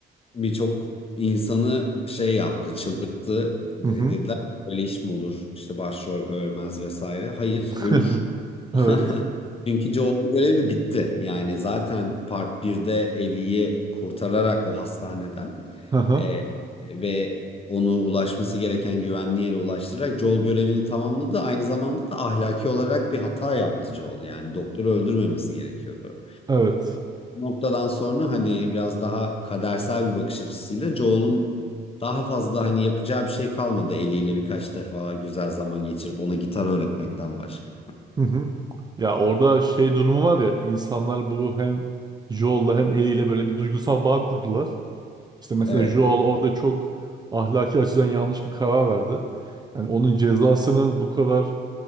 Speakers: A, on the left; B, on the right.
A: birçok insanı şey yaptı, çıldırttı. De-
B: Hı hı.
A: Dediler ki, böyle iş mi olur? İşte başrol ölmez vesaire. Hayır,
B: <laughs>
A: ölür. <laughs>
B: Evet.
A: Çünkü Joel'un görevi bitti. Yani zaten Part birde Ellie'yi kurtararak o hastaneden
B: Hı hı.
A: e, ve onu ulaşması gereken güvenli yere ulaştırarak Joel görevini tamamladı. Aynı zamanda da ahlaki olarak bir hata yaptı Joel. Yani doktoru öldürmemesi gerekiyordu
B: Evet.
A: noktadan sonra hani biraz daha kadersel bir bakış açısıyla Joel'un daha fazla hani yapacağı bir şey kalmadı eliyle birkaç defa güzel zaman geçirip ona gitar öğretmekten başka.
B: Hı hı. Ya orada şey durumu var ya insanlar bu hem Joel'la hem Ellie'yle böyle bir duygusal bağ kurdular. İşte mesela
A: Evet,
B: Joel orada çok ahlaki açıdan yanlış bir karar verdi. Yani onun cezasının bu kadar